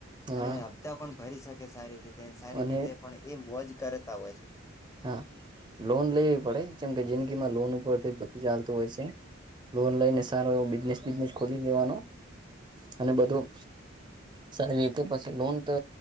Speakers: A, on the right; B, on the left.
A: હા
B: અને હપ્તા પણ ભરી શકે સારી રીતે સારી
A: અને
B: રીતે પણ એ વજ કરેતા હોય છે
A: હા લોન લેવી પડે જેમ કે જિંદગી માં લોન ઉપરથી બધું ચાલ હોય લોન લઈને
B: હા
A: સારો એવ બિઝનેસ બિઝનેસ ખોલી દેવાનો અને બધું
B: હ
A: સાહે એ પછી લોન તો